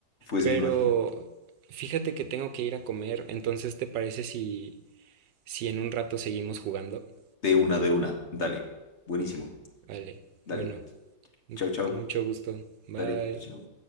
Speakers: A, on the left (about 45°); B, on the right (about 75°).
A: pues
B: Pero
A: me imagino.
B: fíjate que tengo que ir a comer, entonces ¿te parece si, si en un rato seguimos jugando?
A: De una, de una. Dale. Buenísimo.
B: Vale,
A: Dale.
B: bueno, mu-
A: Chau, chau.
B: mucho gusto. Bye.
A: Dale. Chau.